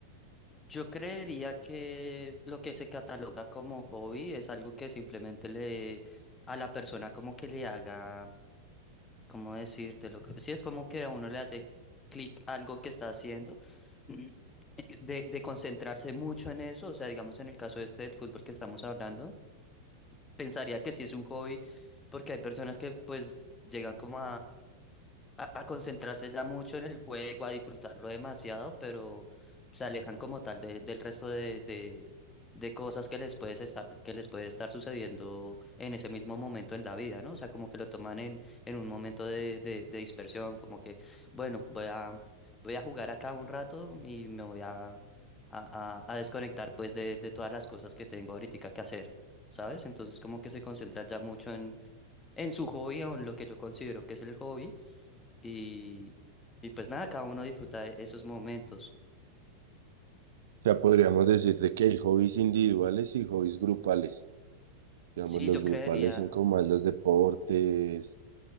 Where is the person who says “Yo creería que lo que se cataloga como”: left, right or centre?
Left